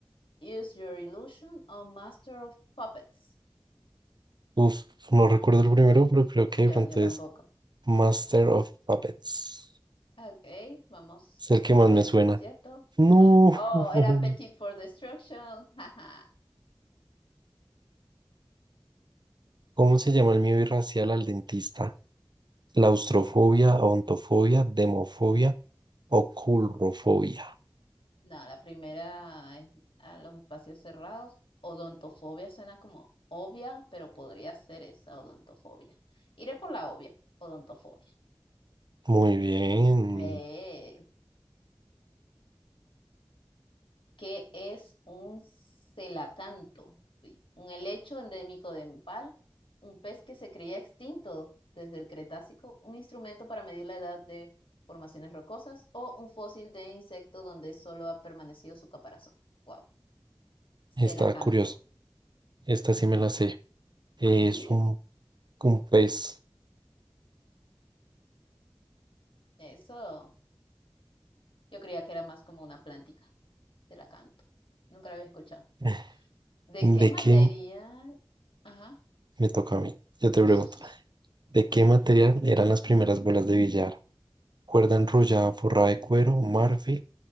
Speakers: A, on the left; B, on the right.
A: Use Your Illusion o Master of Puppets.
B: Uf, no recuerdo el primero, pero creo que
A: Yo,
B: de pronto
A: yo tampoco.
B: es Master of Puppets.
A: Ok, vamos
B: Es el que más
A: a ver
B: me suena.
A: si es cierto.
B: No.
A: Oh,
B: <laughs>
A: era Appetite for Destruction. <laughs> jaja.
B: ¿Cómo se llama el miedo irracional al dentista? Claustrofobia, ontofobia, demofobia o culrofobia.
A: No, la primera es a los espacios cerrados. Odontofobia suena como obvia, pero podría ser esa odontofobia. Iré por la obvia, odontofobia.
B: Muy bien.
A: Eh. ¿Qué es un celacanto? Uy, Un helecho endémico de Nepal, un pez que se creía extinto desde el Cretácico, un instrumento para medir la edad de formaciones rocosas o un fósil de insecto donde solo ha permanecido su caparazón. Wow, celacanto.
B: Está curioso. Esta sí me la sé. Es
A: Ah, sí,
B: un, un pez.
A: eso. Yo creía que era más como una plántica, celacanto. Nunca la había escuchado.
B: <laughs>
A: ¿De
B: ¿De
A: qué material?
B: qué
A: Ajá,
B: me toca a mí? Yo te pregunto,
A: <laughs>
B: ¿de qué material eran las primeras bolas de billar? Cuerda enrollada forrada de cuero, marfil,